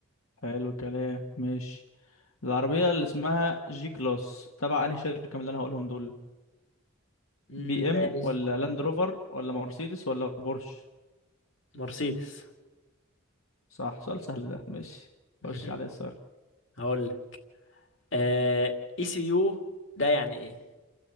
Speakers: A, on the left; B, on the left.
A: حلو الكلام ماشي العربية اللي اسمها جي كلاس تبع أنهي شركة من اللي أنا هقولهم دول
B: مم،
A: بي إم
B: ماشي
A: ولا لاند روفر ولا مرسيدس ولا بورش
B: مرسيدس
A: صح سؤال سهل ده ماشي
B: <laughs>
A: خش عليا السؤال
B: هقول لك آه... اي سي يو ده يعني ايه